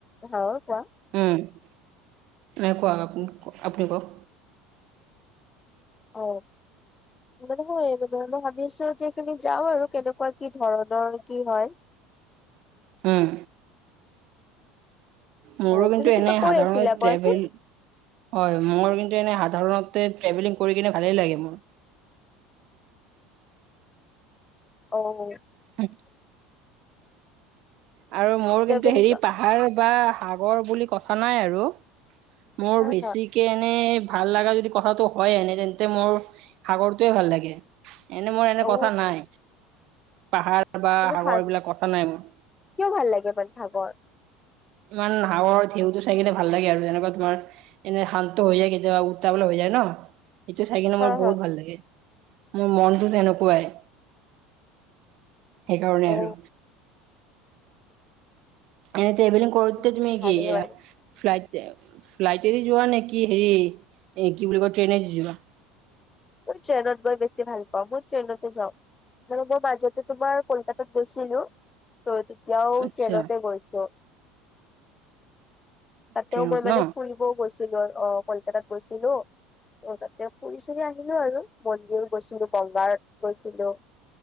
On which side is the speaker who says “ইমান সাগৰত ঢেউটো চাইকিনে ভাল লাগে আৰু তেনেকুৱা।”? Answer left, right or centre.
Right